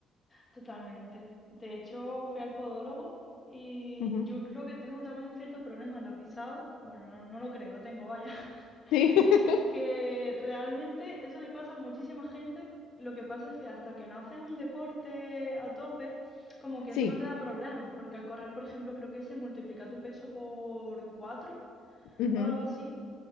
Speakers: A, on the left (about 15°); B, on the left (about 85°).
A: Totalmente. De hecho, fui al podólogo y
B: Ujú.
A: yo creo que tengo también cierto problema en la pisada. Bueno, no, no lo creo, lo tengo, vaya. <laughs>
B: Sí, <laughs>
A: Que realmente eso le pasa a muchísima gente. Lo que pasa es que hasta que no haces un deporte a tope, como que
B: sí,
A: eso no te da problemas, porque al correr, por ejemplo, creo que se multiplica tu peso por 4
B: ujú,
A: o algo así.